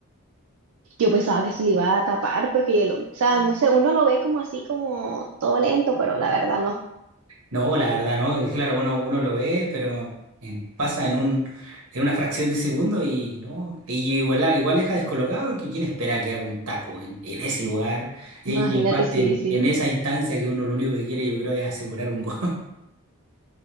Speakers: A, on the right; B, on the right.
A: Yo pensaba que se le iba a tapar porque yo lo, o sea, no sé, uno lo ve como así, como todo lento, pero la verdad no.
B: No, la verdad, no, y claro, uno, uno lo ve, pero en- pasa en un, en una fracción de segundo y no, y igual, ah, igual deja descolocado porque quién espera que haga un taco en, en ese lugar, y,
A: Imagínate,
B: y aparte
A: sí,
B: en,
A: sí.
B: en esa instancia que uno lo único que quiere, yo creo, es asegurar un gol.